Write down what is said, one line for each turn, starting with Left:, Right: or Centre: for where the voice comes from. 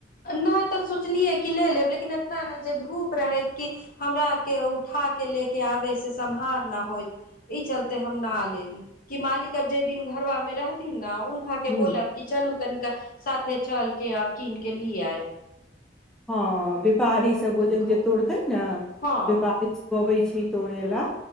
Left: नहि तऽ सोचलियै कि ले लेब लेकिन एतना ने जे धूप रहैत कि हमरा आर के उठा के लेके आबे से समहार न होय ई चलते हम नह ले ली कि मालिक अब जे दी घरबा मे रहथिन उनखा के
Centre: हूँ
Left: बोलब कि चलू तनिका साथे चलके आ कीन लि आएब
Centre: हाँ व्यापारीसब वजन
Left: खातिर
Centre: जे तोड़तै ने
Left: हँ
Centre: व्यापारी अबै छै तोड़े ला